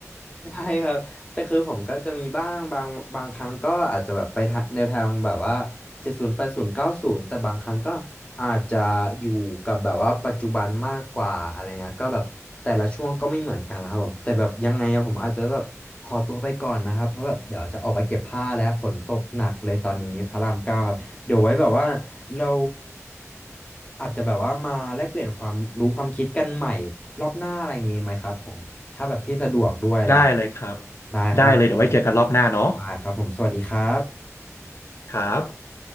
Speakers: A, on the left; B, on the left.
A: ใช่ครับแต่คือผมก็จะมีบ้างบางบางครั้งก็อาจจะแบบไปทะแนวทางแบบว่าเจ็ดศูนย์แปดศูนย์เก้าศูนย์แต่บางครั้งก็อาจจะอยู่กับแบบว่าปัจจุบันมากกว่าอะไรเงี้ยก็แบบแต่ละช่วงก็ไม่เหมือนกันนะครับผมแต่แบบยังไงอะผมอาจจะแบบขอตัวไปก่อนนะครับเพราะแบบเดี๋ยวจะออกไปเก็บผ้าแล้วฝนตกหนักเลยตอนนี้พระรามเก้าครับเดี๋ยวไว้แบบว่าเราอาจจะแบบว่ามาแลกเปลี่ยนความรู้ความคิดกันใหม่รอบหน้าอะไรอย่างงี้ไหมครับผม ถ้าแบบพี่สะดวกด้วยอะไรอย่างเงี้ย
B: <laughs> ได้เลยครับ
A: ได้ครับผม
B: ได้เลยเดี๋ยวไว้เจอกันรอบหน้าเนาะ
A: ได้ครับผมสวัสดีครับ
B: ครับ